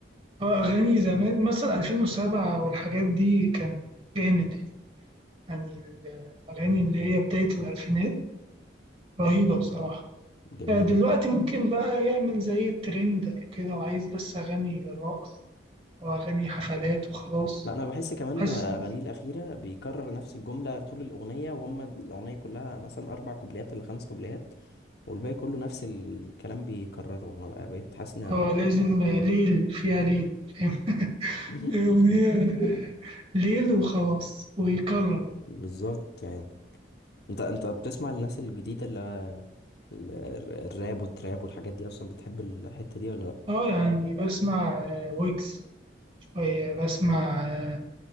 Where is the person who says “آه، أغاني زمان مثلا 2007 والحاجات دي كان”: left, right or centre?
Right